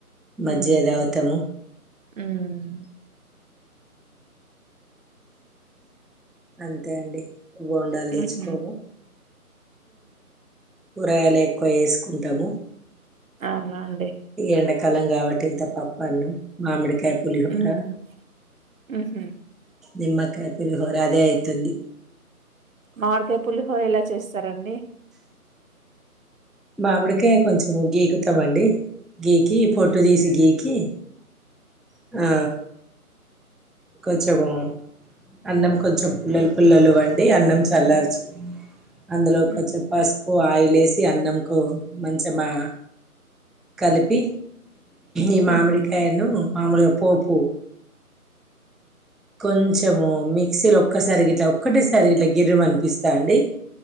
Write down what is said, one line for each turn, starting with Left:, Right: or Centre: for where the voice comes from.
Centre: మజ్జిగ
Right: హ్మ్.
Centre: దాగుతాము
Right: హ్మ్.
Centre: అంతే అండి బోండాలు
Right: ఆహ
Centre: తెచ్చుకోము
Right: అవున్
Centre: ఊరగాయలు ఎక్కువ యేసుకుంటాము
Right: అవునా అండి
Centre: ఎండాకాలం కాబట్టి ఇంత పప్పన్నం మామిడికాయ పులిహోర
Right: ఉను ఆహ
Centre: నిమ్మకాయ పులిహోర అదే అయితుంది
Right: మామిడికాయ పులిహోర ఎలా చేస్తారండి
Centre: మామిడికాయ కొంచం గీకుతామండి గీకి పొట్టు
Right: హ్మ్.
Centre: తీసి గీకి ఆ కొంచెము అన్నం కొంచెం పుల్లలు పుల్లలు వండి అన్నం చల్లార్చి అందులో
Right: హుహు.
Centre: కొంచెం పస్ పసుపు ఆయిల్ యేసి అన్నంకు మంచమా కలిపి ఈ
Right: హుహు.
Centre: మామిడికాయను మామూలుగా పోపు కొంచెము మిక్సీలో ఒక్కసారి గిట్లా ఒక్కటే సారి ఇట్లా గిర్రమ్ అనిపిస్తా అండి